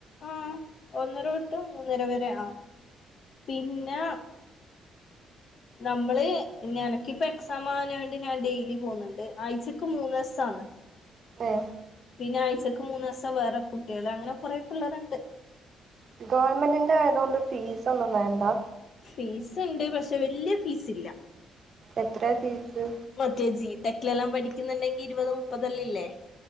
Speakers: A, on the left; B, on the right.
A: ആഹ് ഒന്നര തൊട്ട് മൂന്നര വരെ ആ പിന്നെ നമ്മള് നിനക്കിപ്പ എക്സാം ആമാന കൊണ്ട് ഞാൻ ഡെയിലി പോന്ന്ണ്ട് ആഴ്ചക്ക് മൂന്നീസ ആന്ന്
B: ഏഹ്
A: പിന്നെ ആഴ്ചക്ക് മൂന്ന് സം വേറെ കുട്ടികൾ അങ്ങനെ കൊറേ പിള്ളേർ ഒണ്ട്
B: ഗവൺമെൻ്റ് ഇന്റെ ആയതുകൊണ്ട് ഫീസ് ഒന്നും വേണ്ടേ
A: ഫീസ് ഉണ്ട് പക്ഷെ വല്യ ഫീസ് ഇല്ല
B: എത്ര ഫീസ്
A: മറ്റേജി ടെക്കിലെല്ലാം പഠിക്കുന്നുണ്ടെങ്കി ഇരുപത് മുപ്പതല്ല ഇല്ലേ